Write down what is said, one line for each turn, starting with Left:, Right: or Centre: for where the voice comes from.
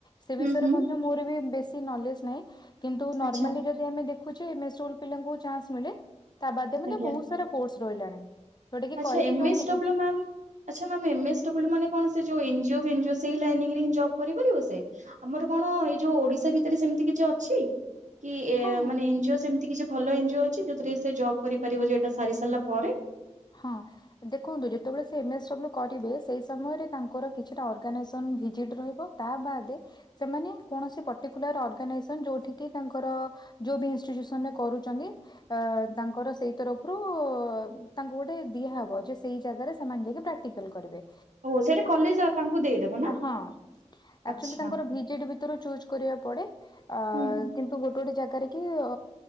Left: ସେ ବିଷୟରେ
Right: ହୁଁ ହୁଁ
Left: ମଧ୍ୟ ମୋର ବି ବେଶୀ ନଲେଜ ନାଇଁ। କିନ୍ତୁ ନର୍ମାଲି
Right: ଆଚ୍ଛା
Left: ଯଦି ଆମେ ଦେଖୁଛେ ଏମ୍ ଏସ୍ ଡବ୍ଲୁ ପିଲାଙ୍କୁ ଚାନ୍ସ୍ ମିଳେ। ତା ବାଦେ ଏମାନେ
Right: ଆଜ୍ଞା
Left: ବହୁ ତାର କୋର୍ସ ରହିଲାଣି। ଯୋଉଟା କି
Right: ଆଚ୍ଛା
Left: କରିକି
Right: ଏମଏସ୍
Left: ଜଣେ
Right: ଡବ୍ଲୁ ମ୍ୟାମ୍ ଆଚ୍ଛା ମାମ ଏମ୍ ଏସ୍ ଡବ୍ଲୁ ମାନେ କଣ ସେ ଯୋଉ ଏନଜିଓ ଫେନଜିଓ ସେଇ ଲାଇନରେ ଜବ କରିପାରିବ ସେ। ଆମର କଣ ଏଇ ଯୋଉ ଓଡିଶା ଭିତରେ ସେମିତି କିଛି ଅଛି? କି ଏ
Left: ହଁ
Right: ମାନେ ଝିଅ ସେମତି କିଛି ଭଲ ଏନଜିଓ ଅଛି ଜଉଥିରେ ସେ ଜବ୍ କରିପାରିବ ଯେ ଏଟା ସାରି ସାରିଲା ପରେ।
Left: ହଁ। ଦେଖନ୍ତୁ ଯେତେବେଳେ ସେ ଏମ୍ ଏସ୍ ଡବ୍ଲୁ କରିବେ ସେଇ ସମୟରେ ତାଙ୍କର କିଛିଟା ଅର୍ଗାନାଇଜେସନ ଭିଜିଟ୍ ରହିବ। ତା ବାଦେ ସେମାନେ କୌଣସି ପଟିକୁଲାର ଅର୍ଗାନାଇସନ ଯୋଉଠିକିି ତାଙ୍କର ଯୋଉ ବି ଇନଷ୍ଟିଚୁସନରେ କରୁଛନ୍ତି ଅ ତାଙ୍କର ସେଇ ତରଫରୁ ତାଙ୍କୁ ଗୋଟେ ଦିଆହବ ଯେ ସେଇ ଜାଗାରେ ସେମାନେ ଯାଇକି ପ୍ରାକ୍ଟିକାଲ କରିବେ।
Right: ହ ସେଇଟା କଲେଜ ଆଉ ତାଙ୍କୁ ଦେଇଦବ ନା
Left: ଆ ହଁ। ଆକଚୁଆଲି
Right: ଆଚ୍ଛା
Left: ତାଙ୍କର ଭିଜିଟ ଭିତୁରୁ ଚୁଜ୍ କରିବାକୁ ପଡେ। ଅ
Right: ହୁଁ
Left: କି ତୁ ଗୋଟେ ଗୋଟେ ଜାଗାରେ କି ଅ